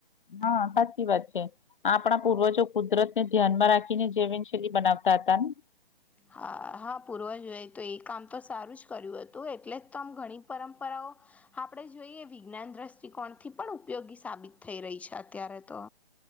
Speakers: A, on the left; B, in the centre.
A: હા સાચી વાત છે આપણા પૂર્વજો કુદરત ને ધ્યાનમાં રાખીને જૈવન શૈલી બનાવતા હતા ને
B: હા હા પૂર્વજોએ તો એ કામ તો સારું જ કર્યું હતું એટલે જ તોમ ઘણી પરંપરાઓ આપણે જોઈએ વિજ્ઞાન દ્રષ્ટિકોણથી પણ ઉપયોગી સાબિત થઈ રહી છે અત્યારે તો